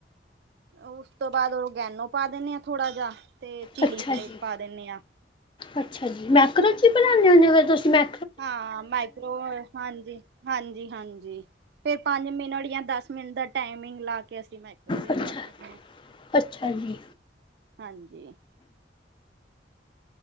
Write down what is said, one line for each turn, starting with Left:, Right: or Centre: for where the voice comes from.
Right: ਉਸ ਤੋਂ ਬਾਅਦ ਉਹ ਰੋਗੈਨੋ ਪਾ ਦਿੰਦੇ ਆ ਥੋੜਾ ਜਿਹਾ ਤੇ ਚਿਲੀ
Left: ਅੱਛਾ
Right: ਫਲੇਕ
Left: ਜੀ
Right: ਪਾ ਦਿੰਦੇ ਆ
Left: ਅੱਛਾ ਜੀ ਮੈਕਰੋਚੀ ਬਣਾਉਂਦੇ ਹੁੰਦੇ ਹੋ ਤੁਸੀਂ ਮੈ
Right: ਹਾਂ ਮਾਈਕ੍ਰੋ, ਹਾਂਜੀ। ਹਾਂਜੀ -ਹਾਂਜੀ ਫਿਰ ਪੰਜ ਮਿੰਟ ਜਾਂ ਦਸ ਮਿੰਟ ਦਾ ਟਾਈਮਿੰਗ ਲਾ ਕੇ ਅਸੀਂ ਮੈ ੳਵੇਂ
Left: ਅੱਛਾ
Right: ਕਰਦੇ ਨੇ
Left: ਅੱਛਾ ਜੀ
Right: ਹਾਂਜੀ।